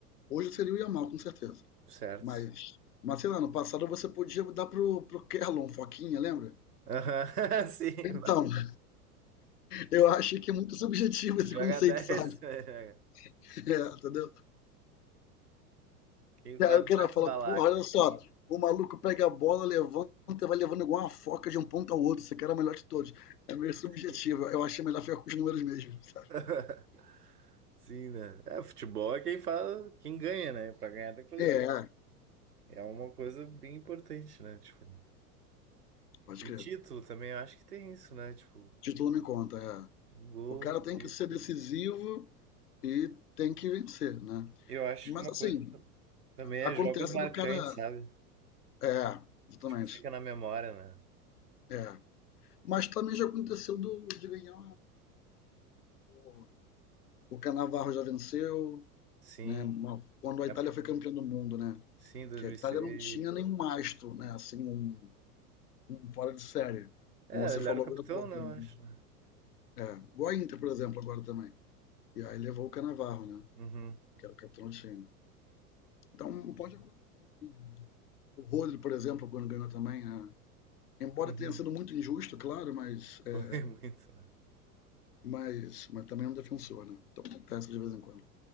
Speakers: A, on the left (about 75°); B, on the right (about 80°).
A: Hoje seria o Yamal, com certeza.
B: Certo.
A: Mas, mas sei lá, no passado você podia dar pro, pro Kellon Foquinha, lembra?
B: Aham, <laughs> Sim,
A: Então,
B: vai.
A: <laughs> eu acho que é muito subjetivo
B: joga
A: esse conceito,
B: 10
A: sabe? <laughs>
B: <laughs> né? Joga.
A: É, entendeu?
B: Quem faz
A: E aí o cara
B: mais
A: fala,
B: balaca.
A: porra, olha só, o maluco pega a bola, levanta, e vai levando igual uma foca de um ponto ao outro. Esse cara é o melhor de todos. É meio subjetivo.
B: Sim,
A: Eu achei melhor ficar com os números mesmo, sabe?
B: <laughs> Sim, né? É, futebol é quem faz, quem ganha, né? Pra ganhar tem que fazer
A: É,
B: gol.
A: é,
B: É uma coisa bem importante, né? Tipo.
A: pode
B: E
A: crer.
B: título também, eu acho que tem isso, né? Tipo,
A: Título não conta, é.
B: gol,
A: O cara tem
B: título.
A: que ser decisivo e tem que vencer, né?
B: Eu acho
A: Mas
B: que uma
A: assim,
B: coisa também é
A: acontece
B: jogos marcantes,
A: do cara.
B: sabe?
A: É, exatamente.
B: Tipo, fica na memória, né?
A: É. Mas também já aconteceu do, de ganhar. O, o Canavarro já venceu,
B: Sim,
A: né? Uma- Quando a Itália
B: é-
A: foi campeã do mundo, né?
B: sim, dois
A: Que
B: mil
A: a Itália
B: e seis
A: não tinha nenhum mastro, né? Assim, um, um fora de série.
B: É,
A: Como você
B: ele
A: falou
B: era o capitão,
A: agora há pouco.
B: né? Eu
A: era um-
B: acho, né?
A: É. Igual a Inter, por exemplo, agora também. E aí levou o Canavarro, né?
B: Uhum,
A: Que era o capitão do time. Então pode acontecer, assim. né? O Rodri, por exemplo, quando ganhou também. né? Embora
B: uhum.
A: tenha sido muito injusto, claro, mas, é,
B: Foi <laughs> muito, né?
A: mas, mas também é um defensor, né? Então acontece de vez em quando.